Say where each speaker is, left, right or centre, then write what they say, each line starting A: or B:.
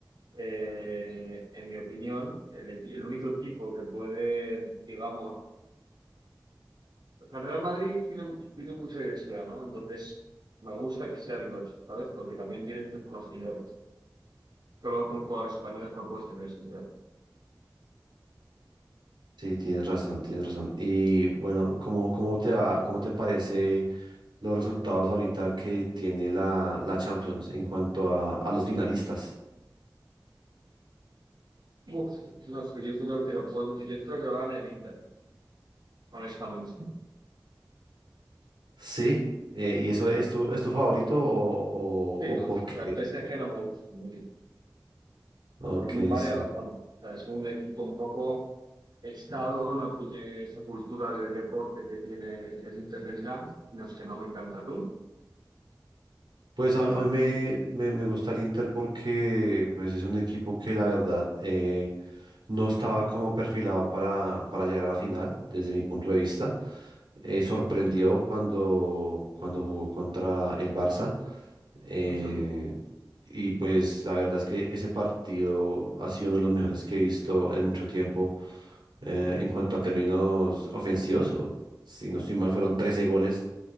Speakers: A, on the right (about 65°); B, on the right (about 85°).
A: eh, en mi opinión, el, equi- el único equipo que puede, digamos, o sea, el Real Madrid tiene, mu- tiene mucha diversidad, ¿no? Entonces, me gusta que sea diverso, ¿sabes? Porque también tienes muchos más seguidores. Solo con jugadores españoles no puedes tener eso.
B: Sí, tienes razón, tienes razón. Y bueno, ¿cómo, cómo te va, cómo te parece? los resultados ahorita que tiene la, la Champions en cuanto a, a los finalistas.
A: Uf, no sé, yo creo que lo puedo, yo espero que lo gane el Inter, honestamente.
B: Sí, eh, ¿y eso es tu, es tu favorito o,
A: Sí,
B: o, o por qué?
A: el PSG no me gusta, mucho por
B: Ok,
A: varias
B: sí.
A: razones. O sea, es un equipo un poco estado, no tiene esa cultura de deporte que tiene el Inter de Milán, no sé, no me encanta tú.
B: Pues a, a mí me, me, me gusta el Inter porque pues, es un equipo que la verdad eh, no estaba como perfilado para, para llegar a la final, desde mi punto de vista. Eh, sorprendió cuando, cuando jugó contra el Barça. Eh,
A: Ujú,
B: y pues la verdad es que ese partido ha sido uno de los mejores que he visto en mucho tiempo eh, en cuanto a términos ofensivos. o, si no estoy mal, fueron 13 goles